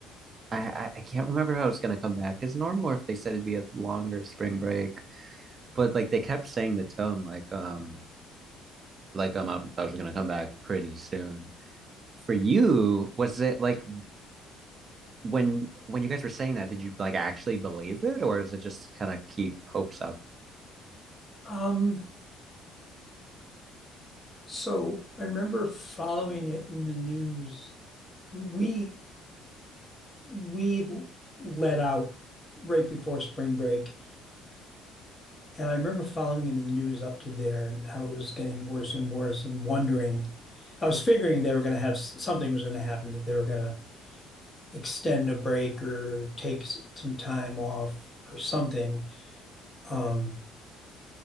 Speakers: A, on the right; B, on the left.
A: I, I I can't remember how it's going to come back as normal or if they said it'd be a longer spring break, but like they kept saying the tone like, um, like um, I, I was going to come back pretty soon. for you, was it like when when you guys were saying that, did you like actually believe it, or is it just to kind of keep hopes up?
B: Um, so I remember following it in the news, and we we let out right before spring break, and I remember following it in the news up to there and how it was getting worse and worse and wondering. I was figuring they were going to have something was going to happen that they were going to extend a break or take s- some time off or something. Um,